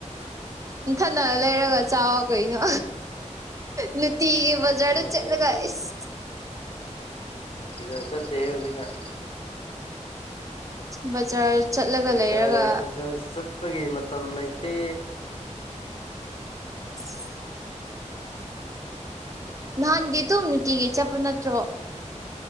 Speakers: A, on the right; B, on the left.
A: ꯅꯊꯪꯅ ꯂꯩꯔꯒ ꯆꯥꯎ ꯀꯩꯅꯣ ꯅꯨꯡꯇꯤꯒꯤ ꯕꯖꯥꯔꯗ
B: ꯅꯪꯅ
A: ꯆꯠꯂꯒ
B: ꯂꯩꯕꯤꯌꯣ
A: ꯏꯁ
B: ꯕꯥꯖꯔ ꯆꯠꯇꯦꯍꯦ ꯍꯧꯖꯤꯛꯀꯟ
A: ꯕꯖꯥꯔ ꯆꯠꯂꯒ
B: ꯕꯖꯥꯔ
A: ꯂꯩꯔꯒ
B: ꯕꯖꯥꯔ ꯆꯠꯄꯒꯤ ꯃꯇꯝ ꯂꯩꯇꯦ
A: <inaudible> ꯅꯍꯥꯟꯗꯤ ꯑꯗꯨꯨꯝ ꯅꯨꯡꯇꯤꯒꯤ ꯆꯠꯄ ꯅꯠꯇ꯭ꯔꯣ